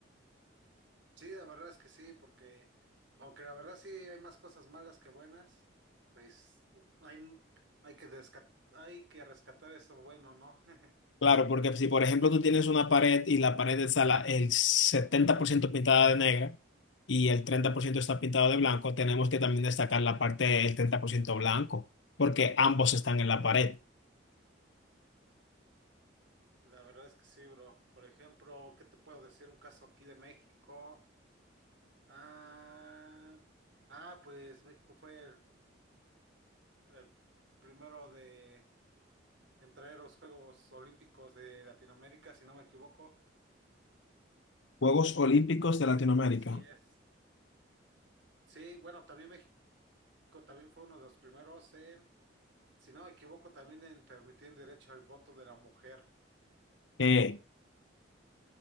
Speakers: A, on the right (about 75°); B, on the left (about 75°).
A: Sí, la verdad es que sí, porque aunque la verdad sí hay más cosas malas que buenas, pues hay, hay que desca- hay que rescatar eso bueno, ¿no? <laughs>
B: Claro, porque si por ejemplo tú tienes una pared y la pared está la- el 70% pintada de negra y el 30% está pintado de blanco, tenemos que también destacar la parte del 30% blanco, porque ambos están en la pared.
A: Y La verdad es que sí, bro. Por ejemplo, ¿qué te puedo decir? Un caso aquí de México. Ah, ah, pues México fue el el primero de entrar a los Juegos Olímpicos de Latinoamérica, si no me equivoco.
B: Juegos Olímpicos de Latinoamérica.
A: Así es. Sí, bueno, también México también fue uno de los primeros en, si no me equivoco, también en permitir el derecho al voto de la mujer.
B: Eh,